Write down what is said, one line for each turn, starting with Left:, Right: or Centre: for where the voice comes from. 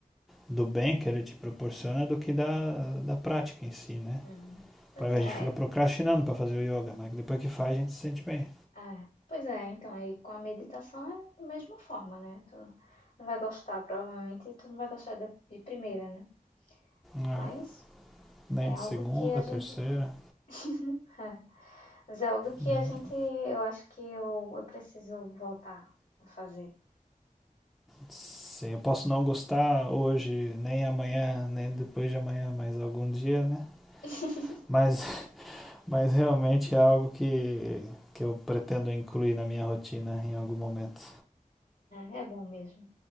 Centre: do bem que ele te proporciona do que da, da prática em si, né?
Left: uhum. Pois
Centre: Aí
Left: é,
Centre: A gente fica procrastinando para fazer o yoga, mas depois que faz a gente se sente bem.
Left: É, pois é, então aí com a meditação é da mesma forma, né? Tu não vai gostar, provavelmente, e tu não vai gostar da- de primeira, né?
Centre: Ah,
Left: Mas
Centre: nem
Left: é algo
Centre: de segunda,
Left: que a gente.
Centre: terceira.
Left: <laughs> É, mas é algo que
Centre: Uhum.
Left: a gente. Eu acho que eu, eu preciso voltar a fazer.
Centre: Sim, eu posso não gostar hoje, nem amanhã, nem depois de amanhã, mas algum dia, né?
Left: <laughs>
Centre: Mas, <laughs> mas realmente é algo que, que eu pretendo incluir na minha rotina em algum momento.
Left: É, é bom mesmo.